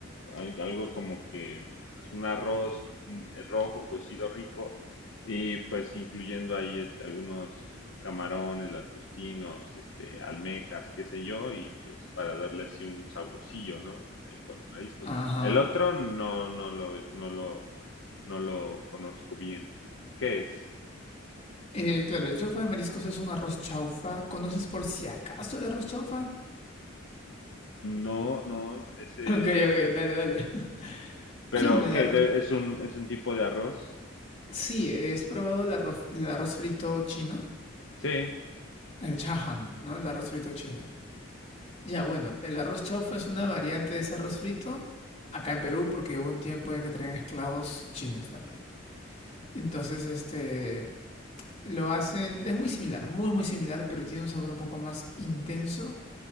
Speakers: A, on the left; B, on the left.
A: al- algo como que pues un arroz mm, eh, rojo cocido rico y pues incluyendo ahí este algunos camarones, langostinos, este almejas, qué sé yo, y pues para darle así un saborcillo, ¿no? De- con mariscos.
B: Ajá.
A: El otro no no lo no lo no lo conozco bien. ¿Qué es?
B: Eh, claro, el chaufa de mariscos es un arroz chaufa. ¿Conoces por si acaso el arroz chaufa? <laughs>
A: No, no, ese,
B: Ok, ok, dale, dale. <clears throat>
A: pero
B: El
A: ¿qué?
B: arroz...
A: De- ¿Es un es un tipo de arroz?
B: Sí, ¿has probado el arroz, el arroz frito chino?
A: Sí,
B: El chahan, ¿no? El arroz frito chino. Ya, bueno, el arroz chaufa es una variante de ese arroz frito acá en Perú porque hubo un tiempo de que traían esclavos chinos también. Entonces, este, Lo hacen, es muy similar, muy muy similar, pero tiene un sabor un poco más intenso,